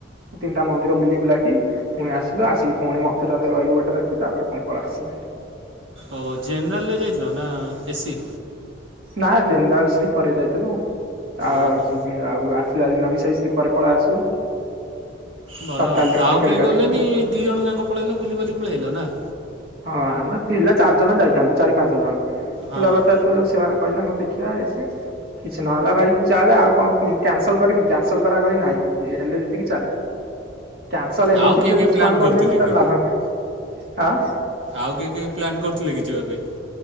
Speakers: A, on the right; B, on the right.
A: ତିନିଟା ମନ୍ଦିର ବୁଲି ବୁଲାକି ପୁଣି ଆସିଲୁ ଆସିକି ପୁଣି ମଥୁରରେ ରହିଲୁ ଗୋଟେ ରାତି। ତାପରେ ପୁଣି ପଳାଇ ଆସିଲୁ।
B: ଓ ଜେନେରାଲ ରେ ଯାଇଥିଲ ନା ଏସିି।
A: ନା ଜେନେରାଲ ସ୍ଲିପର ଯାଇଥିଲୁ। ଆ
B: ଓହୋ
A: ଆଉ ଆସିଲା ଦିନ ଭି ସେଇ ସ୍ଲିପରରେ ପଳାଇ ଆସିଲୁ।
B: ଭଲ
A: ତତ୍କାଳରେ
B: ଆଉ
A: ଟିକେଟ
B: କେହି
A: କାଟିକି
B: ଗଲେନି ଏଇ ଦି ଜଣ ଯାକ ପଳେଇଲ ବୁଲିିବାୁଲି ପଳେଇଲଲା ନା।
A: ହଁ ଆମେ ପିଲା ଚାରି ଜଣ ଯାଇଥାନ୍ତୁ ଚାରି ପାଞ୍ଚ ଜଣ
B: ହଁ
A: କଥା <unintelligible> ସେମାନେ କହିଲା ହଉ ଦେଖିବା ଏ ସେ। କିଛି ନହେଲା ଭାଇ ଚାଲେ ଆଉ କଣ କ୍ୟାନସଲ୍ କରିବୁ କ୍ୟାନସଲ୍ କରା କରି ନାହିଁ ହେଲେ ଏତିକି ଚାଲ କ୍ୟାନସଲ ଏମିତି
B: ଆଉ କିଏ
A: ଯଦି
B: କିଏ ପ୍ଲାନ୍
A: ଛୁଆଙ୍କୁ
B: କରୁଥିଲେ
A: ଅନେଇବୁ ତାହଲେ
B: କି?
A: ଲାଭ ନାହିଁ, ଆଁ
B: ଆଉ କିଏ କିଏ ପ୍ଲାନ୍ କରୁଥିଲେ କି ଯିବା ପାଇଁ।